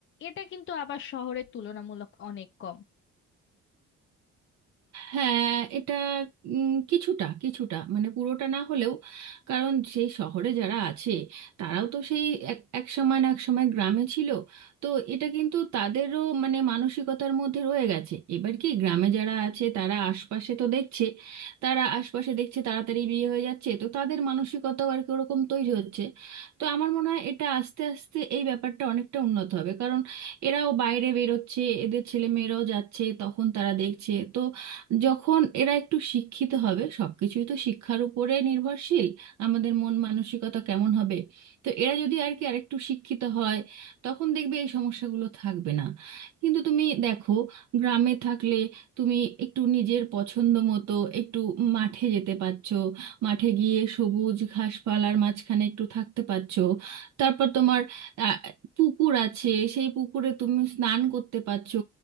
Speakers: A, on the left (about 40°); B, on the right (about 65°).
A: এটা কিন্তু আবার শহরের তুলনামূলক অনেক কম
B: হ্যাঁ এটা উম, কিছুটা কিছুটা মানে পুরোটা না হলেও কারণ সেই শহরে যারা আছে তারাও তো সেই এক এক সময় না এক সময় গ্রামে ছিল তো এটা কিন্তু তাদেরও মানে মানসিকতার মধ্যে রয়ে গেছে এবার কি গ্রামে যারা আছে তারা আশপাশে তো দেখছে তারা আশপাশে দেখছে তাড়াতাড়ি বিয়ে হয়ে যাচ্ছে তো তাদের মানসিকতাও আর কি ওরকম তৈরি হচ্ছে তো আমার মনে হয় এটা আস্তে আস্তে এই ব্যাপারটা অনেকটা উন্নত হবে কারণ এরাও বাইরে বেরোচ্ছে এদের ছেলে মেয়েরাও যাচ্ছে তখন তারা দেখছে তো যখন এরা একটু শিক্ষিত হবে সবকিছুই তো শিক্ষার উপরে নির্ভরশীল আমাদের মন মানসিকতা কেমন হবে তো এরা যদি আর কি আরেকটু শিক্ষিত হয় তখন দেখবে এই সমস্যাগুলো থাকবে না কিন্তু তুমি দেখো গ্রামে থাকলে তুমি একটু নিজের পছন্দ মতো একটু মাঠে যেতে পারছো মাঠে গিয়ে সবুজ ঘাসপালার মাঝখানে একটু থাকতে পারছো তারপর তোমার আহ, পুকুর আছে সেই পুকুরে তুমি স্নান করতে পারছো